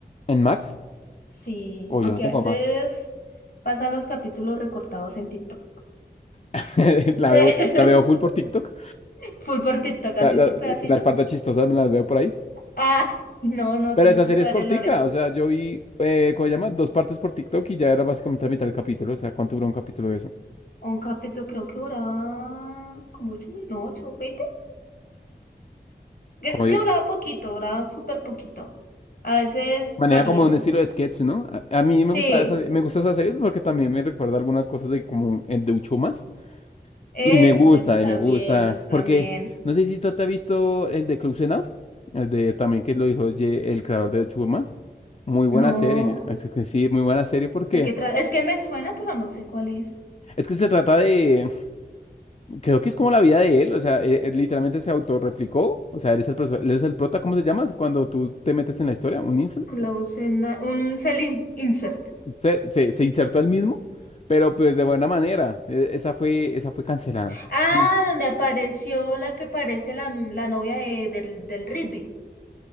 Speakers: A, on the left; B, on the left.
A: ¿En Max?
B: Sí,
A: O
B: aunque
A: yo no tengo
B: a veces
A: Max.
B: pasan los capítulos recortados en TikTok.
A: <laughs> La
B: <laughs>
A: veo, la veo full por TikTok.
B: Full por TikTok, así
A: La- la-
B: por pedacitos.
A: las partes chistosas me las veo por ahí.
B: Ah, no, no,
A: Pero
B: tienes
A: esa
B: que
A: serie
B: saber
A: es cortica.
B: el lore.
A: O sea, yo vi, eh, ¿cómo se llama? Dos partes por TikTok y ya era básicamente la mitad del capítulo. O sea, ¿cuánto duró un capítulo de eso?
B: Un capítulo creo que duraba como 8 minutos, no, 8, 20, Que-
A: Como
B: Es que duraba poquito, duraba súper poquito. A veces
A: Maneja
B: varían.
A: como un
B: ¿no?
A: estilo de sketch, ¿no? A, a mí
B: Sí,
A: me gusta esa, me gusta esa serie porque también me recuerda algunas cosas de como el de Uchomas.
B: eso,
A: Y me gusta,
B: eso también,
A: y me gusta.
B: es- también.
A: Porque no sé si tú te has visto el de Close Enough, el de también que lo dijo Ye- el creador de Uchomas. Muy buena
B: No,
A: serie. Es que sí, muy buena serie porque
B: ¿de qué trata? Es que me suena, pero no sé cuál es.
A: es que se trata de. Creo que es como la vida de él. O sea, él- él literalmente se autorreplicó. O sea, él es el, profe- él es el prota, ¿cómo se llama? Cuando tú te metes en la historia, un incel.
B: Close ena- un selling insert.
A: Se, se, se insertó él mismo, pero pues de buena manera. E- Esa fue, esa fue cancelada.
B: Ah,
A: Sí.
B: donde apareció la que parece la, la novia de- del, del Rigby.